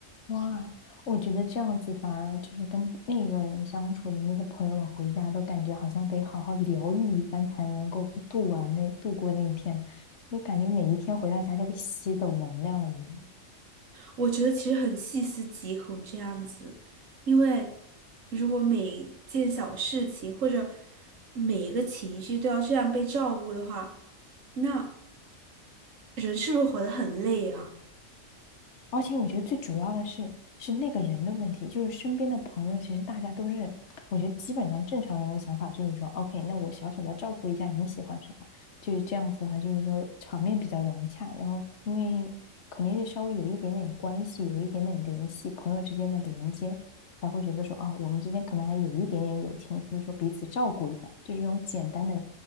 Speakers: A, on the left; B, on the right.
A: 哇，我觉得这样子反而就是跟那个人相处的那些朋友们回家都感觉好像得好好疗愈一番才能够度完那度过那一天，就感觉每一天回到家就被吸走能量了一样。
B: 我觉得其实很细思极恐这样子，因为如果每件小事情或者每一个情绪都要这样被照顾的话，那。人是不是活得很累啊？
A: 而且我觉得最主要的是，是那个人的问题，就是身边的朋友，其实大家都是，我觉得基本上正常人的想法就是说，OK，那我小小的照顾一下你喜欢什么，就是这样子的话，就是说场面比较融洽，然后因为肯定是稍微有一点点关系，有一点点联系，朋友之间的连接，才会觉得说，啊，我们之间可能还有一点点友情，所以说彼此照顾一下，就是这种简单的